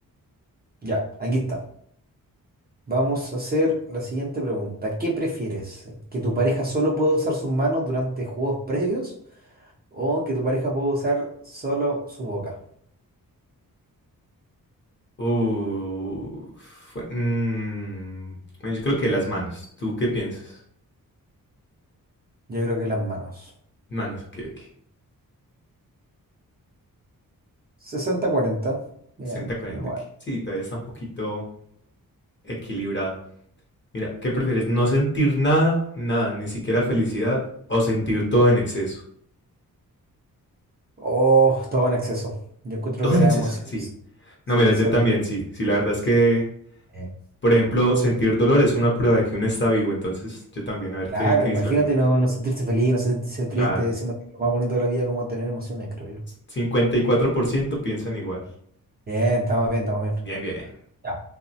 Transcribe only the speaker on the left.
Uh, fue- mm, bueno, yo creo que las manos. ¿Tú qué piensas?
Manos, ok, ok.
sesenta cuarenta
aquí. Sí, todavía está un poquito equilibrado. Mira, ¿qué prefieres? ¿No sentir nada? Nada, ni siquiera felicidad. ¿O sentir todo en exceso?
Todo
en
exceso,
sí. No,
mira, yo
también, sí. Sí, la verdad es que,
por ejemplo, sentir dolor es una prueba de que uno está vivo. Entonces, yo también, a ver
qué, qué
dice la gente.
Claro.
cincuenta y cuatro por ciento piensan igual.
Bien, bien.